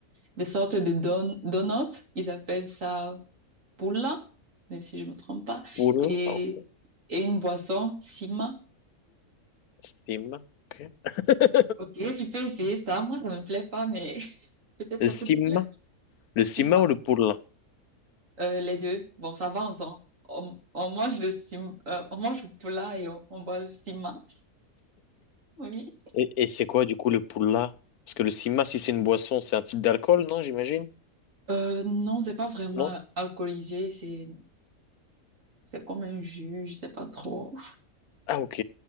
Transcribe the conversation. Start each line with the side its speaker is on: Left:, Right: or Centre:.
Right: des sortes de don donuts. Ils appellent ça Pula, mais si je me trompe pas.
Left: Poule,
Right: Et,
Left: ah, ok.
Right: et une boisson, Sima.
Left: Sima. ok. <laughs>
Right: Ok, tu peux essayer ça. Moi, ça me plaît pas, mais <laughs> peut-être
Left: Le
Right: ça
Left: Sim,
Right: peut te plaire.
Left: le Sima
Right: Sima.
Left: ou le Poule?
Right: Euh, les deux. Bon, ça va ensemble. On, on mange le sima, euh, on mange le plat et on, on boit le sima. Oui.
Left: Et, et c'est quoi du coup le pulla? Parce que le sima, si c'est une boisson, c'est un type d'alcool, non, j'imagine?
Right: Euh, non, c'est pas vraiment
Left: Non?
Right: alcoolisé, c'est c'est comme un jus, je sais pas trop.
Left: Ah ok,